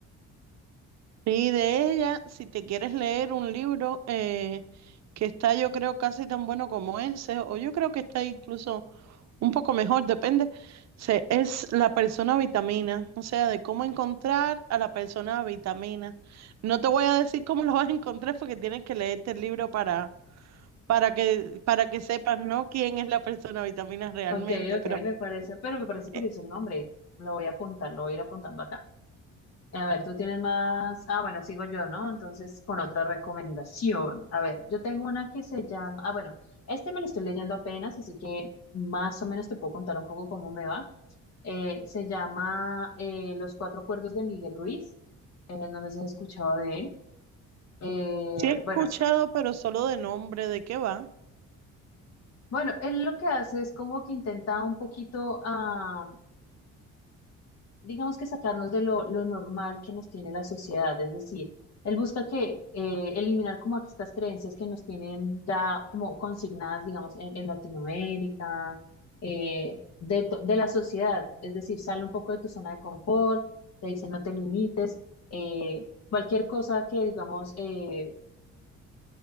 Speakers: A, on the right; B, on the left.
A: Sí, de ella, si te quieres leer un libro eh, que está, yo creo, casi tan bueno como ese, o yo creo que está incluso un poco mejor, depende, se, es la persona vitamina, o sea, de cómo encontrar a la persona vitamina. No te voy a decir cómo lo vas a encontrar porque tienes que leerte el libro para, para que, para que sepas, ¿no? Quién es la persona vitamina realmente,
B: Ok, ok,
A: pero
B: me parece, pero me parece curioso
A: eh,
B: el nombre. Lo voy a apuntar, lo voy a ir apuntando acá. Eh, A ver, tú tienes más. Ah, bueno, sigo yo, ¿no? Entonces, con otra recomendación. A ver, yo tengo una que se llama. Ah, bueno, este me lo estoy leyendo apenas, así que más o menos te puedo contar un poco cómo me va. Eh, se llama eh, Los Cuatro Acuerdos de Miguel Ruiz. Eh, no sé si has escuchado de él. Eh,
A: sí he escuchado,
B: bueno,
A: pero solo de nombre, ¿de qué va?
B: bueno, él lo que hace es como que intenta un poquito. ah, digamos que sacarnos de lo, lo normal que nos tiene la sociedad, es decir, él busca que eh, eliminar como estas creencias que nos tienen ya como consignadas, digamos, en, en Latinoamérica, eh, de, to- de la sociedad, es decir, sale un poco de tu zona de confort, te dice no te limites, eh, cualquier cosa que, digamos, eh,